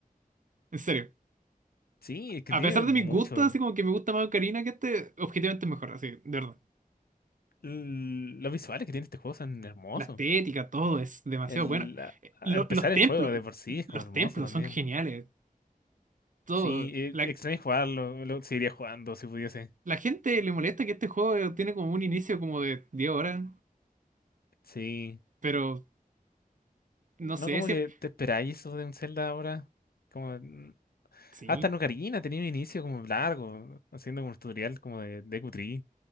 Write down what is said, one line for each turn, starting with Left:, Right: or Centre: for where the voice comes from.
Right: En serio.
Left: Sí, es que
Right: A
Left: tiene
Right: pesar de
Left: mucho.
Right: mis gustos, así como que me gusta más Ocarina que este, objetivamente es mejor, así, de verdad.
Left: l- los visuales que tiene este juego son hermosos.
Right: La estética, todo es demasiado
Left: El,
Right: bueno.
Left: a-
Right: Eh,
Left: a
Right: lo-
Left: empezar
Right: los templos,
Left: el juego de por sí es
Right: los
Left: como hermoso
Right: templos
Left: también.
Right: son geniales. Todo.
Left: Sí, eh,
Right: La,
Left: extraño jugarlo, lo seguiría jugando si pudiese.
Right: la gente le molesta que este juego tiene como un inicio como de 10 horas,
Left: Sí.
Right: pero no
Left: No
Right: sé,
Left: como
Right: siempre.
Left: que te esperáis eso de un Zelda ahora. Como mm,
Right: Sí.
Left: hasta en Ocarina tenía un inicio como largo, haciendo como un tutorial como de Deku Tree.